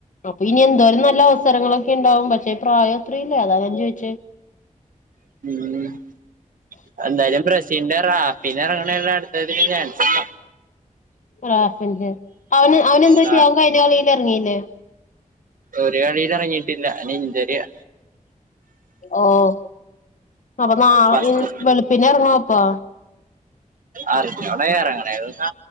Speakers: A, on the left; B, on the right.
A: അപ്പൊ ഇനി എന്തോരം നല്ല അവസരങ്ങളൊക്കിണ്ടാവും. പക്ഷേ പ്രായത്രീല്ലേ അതാ ഞാൻ ചോയിച്ചെ.
B: ഉം എന്തായാലും ബ്രസീന്റെ റാഫിഞറങ്ങണല്ലാ അടുത്തതിലു ചാൻസ്ണ്ട
A: റാഫിഞ്ഞെ അവന് അവനെന്ത് പറ്റി
B: റാ
A: അവൻ കഴിഞ്ഞ കളീൽ എറ്ങ്ങീല്ലേ?
B: ഒരു കളീലറങ്ങീട്ടില്ല അന് ഇൻജ്വറിയാ.
A: ഓഹ് അപ്പൊ നാ
B: ഫസ്റ്റ്
A: ഇൻ വെളുപ്പിനറങ്ങോ അപ്പോ?
B: അറിഞ്ഞൂടാ എറ്ങ്ങണേ ഒ